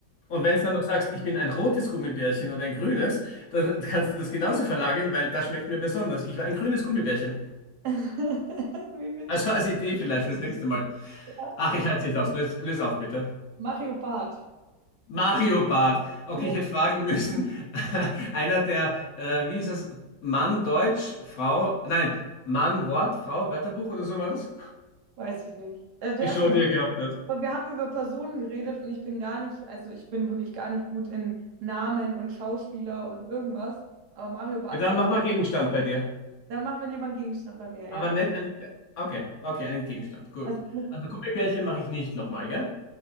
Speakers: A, on the left (about 60°); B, on the right (about 60°).
A: Und wenn du dann noch sagst, ich bin ein rotes Gummibärchen oder ein grünes, dann kannst du das genauso verlagern, weil das schmeckt mir besonders. Ich war ein grünes Gummibärchen.
B: <laughs> Wie witzig.
A: Also als Idee vielleicht fürs nächste Mal.
B: Ja.
A: Ach, ich halte es nicht aus. Lös, lös auf, bitte.
B: Mario Barth.
A: Mario Barth. Okay,
B: Ja.
A: ich hätte fragen müssen, <laughs> einer der, äh, wie ist es, Mann Deutsch, Frau, nein, Mann Wort, Frau Wörterbuch oder so war das?
B: Weiß ich nicht. Also der
A: Die
B: erste
A: Show, die er gehabt hat.
B: Aber wir haben über Personen geredet und ich bin gar nicht, also ich bin wirklich gar nicht gut in Namen und Schauspieler und irgendwas. Aber Mario Barth
A: Ja, dann
B: ist,
A: mach mal Gegenstand bei dir.
B: da machen wir lieber einen Gegenstand bei mir,
A: Aber
B: ja.
A: nicht einen, okay, okay, einen Gegenstand, gut.
B: Also,
A: Also Gummibärchen mache ich nicht nochmal, gell?